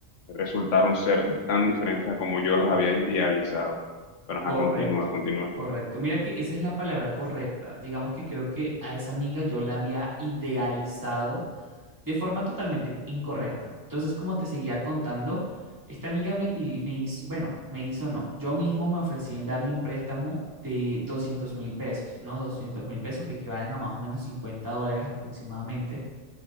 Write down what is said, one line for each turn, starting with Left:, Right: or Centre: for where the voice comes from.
Left: resultaron ser tan diferentes a como yo las había idealizado. Pero
Right: Correcto,
Left: ajá, continúa, continúa.
Right: correcto. Mira que esa es la palabra correcta. Digamos que creo que a esa amiga yo la había idealizado de forma totalmente incorrecta. Entonces, como te seguía contando, esta amiga me, pi- me hizo, bueno, me hizo no. Yo mismo me ofrecí en darle un préstamo de doscientos mil pesos, ¿no? doscientos mil pesos que equivalen a más o menos 50 dólares aproximadamente.